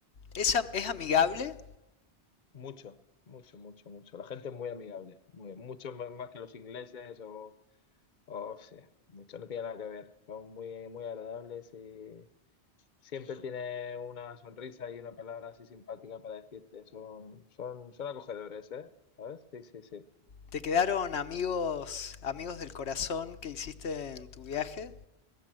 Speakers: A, on the left; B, on the left.
A: Es, am- es amigable.
B: Mucho, mucho, mucho, mucho. La gente es muy amigable, muy, mucho más más que los ingleses o Oh, sí, mucho no tiene nada que ver. Son muy, muy agradables y siempre tiene una sonrisa y una palabra así simpática para decirte. Son, son, son acogedores, ¿eh? ¿Sabes? Sí, sí, sí.
A: ¿Te quedaron amigos, amigos del corazón que hiciste en tu viaje?